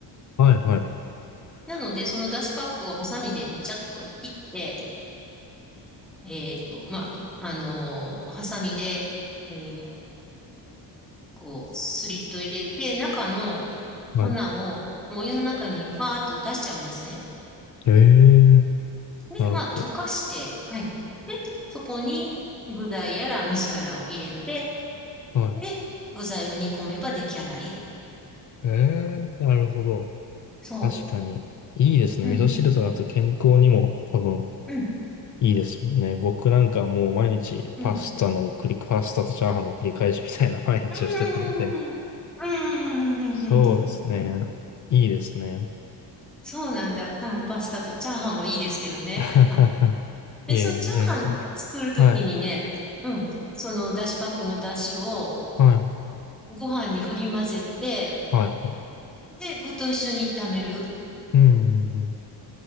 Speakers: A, on the left; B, in the centre.
A: はい、はい、
B: なので、そのだしパックをハサミで、ジャッと切って、えっと、まあ、ふあのーハサミで、えーこう、スリット入れて、中の
A: はい。
B: 粉を、もうお湯の中に、ファーっと出しちゃうんですね。
A: ええ、
B: で、
A: なるほど。
B: まあ、溶かして、はい。で、そこに具材やら味噌やらを入れて、
A: は
B: で、具材を煮込めば出来上がりっていう。
A: い。ええ、なるほど。
B: そ
A: 確かに。いいですね。
B: う。うん、
A: 味噌汁とだと健康にも多分
B: うん、
A: いいですもんね。僕なんかもう毎日パスタの繰り、
B: うん。
A: パスタとチャーハンの繰り返しみたいな <laughs> 毎日をしてたので、
B: うーん、うーん、うーん、
A: そうですね。
B: うーん。
A: いいですね。
B: そうなんだ。あ、パスタとチャーハンもいいですけどね。
A: <laughs>
B: あ、で、
A: いえいえ、
B: そのチャーハン作るときにね、
A: 全然。はい、
B: うん、そのだしパックのだしを
A: はい、
B: ご飯に振り混ぜて、
A: はい、はい。
B: で、具と一緒に炒める。
A: うん、うん、うん。